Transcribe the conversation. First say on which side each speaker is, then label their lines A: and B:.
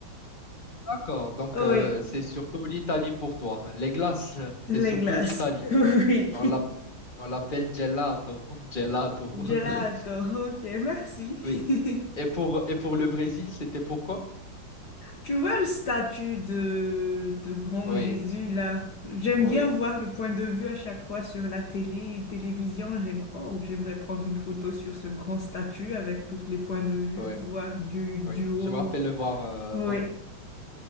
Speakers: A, on the left; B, on the left.
A: D'accord. Donc
B: Oui,
A: euh, c'est surtout l'Italie pour toi. Les glaces, euh, c'est
B: les
A: surtout
B: glaces.
A: l'Italie.
B: <laughs> Oui.
A: On l'app- on l'appelle gelato, <laughs> gelato.
B: Gelato,
A: <laughs>
B: ok, merci.
A: Oui.
B: <laughs>
A: Et pour et pour le Brésil, c'était pourquoi?
B: Tu vois le statut de, de grand
A: Oui,
B: Jésus là? J'aime
A: oui,
B: bien voir le point de vue à chaque fois sur la télé et télévision. J'aime, oh, j'aimerais prendre une photo sur ce grand statut avec tous les points de vue,
A: oui,
B: voir du, du
A: oui.
B: haut.
A: Je me rappelle le voir. euh,
B: Oui.